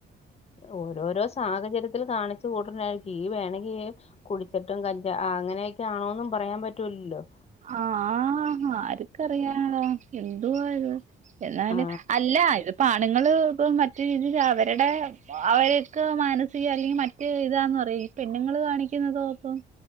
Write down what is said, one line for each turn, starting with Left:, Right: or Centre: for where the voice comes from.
Left: ഓരോരോ സാഹചര്യത്തിൽ കാണി കൂട്നായിരിക്കും ഈ വെ <unintelligible> കുടിച്ചിട്ടും കഞ്ചാ അങ്ങനെയൊക്കെ ആണോന്നും പറയാൻ പറ്റൂല്ലല്ലോ
Right: ആഹ് ആഹ് ആരക്കറിയാനാടാ എന്തു വാ ഇത് എന്നാല്
Left: ആ
Right: അല്ല ഇത പ്പാണുങ്ങങ്ങള് ഇപ്പ മറ്റ്‌രീതിയില് അവരുടെ അവരക്കെ മാനസിക അല്ലെങ്കിൽ മറ്റ ഇതാന്ന് പറയാ ഈ പെണ്ണുങ്ങള് കാണിക്കുന്നതോ അപ്പം